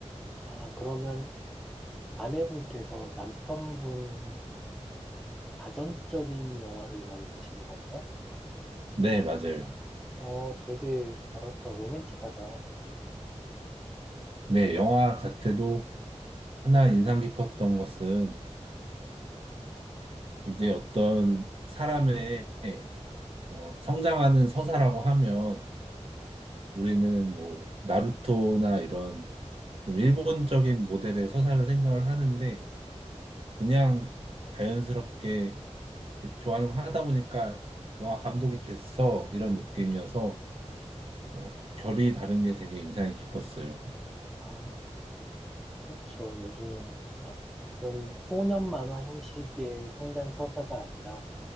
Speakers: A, in the centre; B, on the right.
A: 아, 그러면 아내분께서 남편분의 자전적인 영화를 만드신 거네요?
B: 네, 맞아요.
A: 어, 되게, 뭐랄까, 로맨틱하다.
B: 네, 영화 자체도 하나 인상 깊었던 것은 이제 어떤 사람의 어, 성장하는 서사라고 하면 우리는 뭐 나루토나 이런 좀 일본적인 모델의 서사를 생각을 하는데 그냥 자연스럽게 이렇게 좋아하는 거 하다 보니까 영화 감독이 됐어 이런 느낌이어서 어, 결이 다른 게 되게 인상이 깊었어요.
A: 아, 그렇죠. 요즘은, 아, 그런 소년 만화 형식의 성장 서사가 아니라,